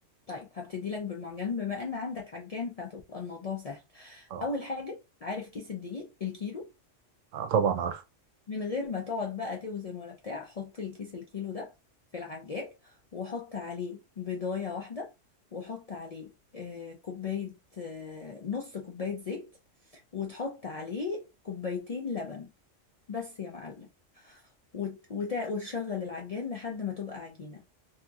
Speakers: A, on the left; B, on the right.
A: طيب هبتدي لك بالمعجن بما أن عندك عجان فهتبقى الموضوع سهل
B: اه
A: أول حاجة عارف كيس الدقيق الكيلو
B: آه، طبعا عارفه
A: من غير ما تقعد بقى توزن ولا بتاع حط الكيس الكيلو ده في العجال وحط عليه بيضاية واحدة وحط عليه آه، كوباية آه، نص كوباية زيت وتحط عليه كوبايتين لبن بس يا معلم وت- وت- وتشغل العجال لحد ما تبقى عجينة